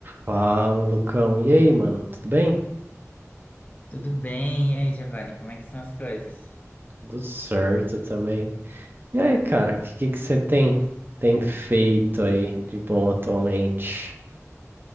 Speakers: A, on the right; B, on the left.
A: Fala, Lucão. E aí, mano? Tudo bem?
B: Tudo bem? E aí, Giovanni, como é que são as coisas?
A: Tudo certo também. E aí, cara, o que que você tem tem feito aí de bom atualmente?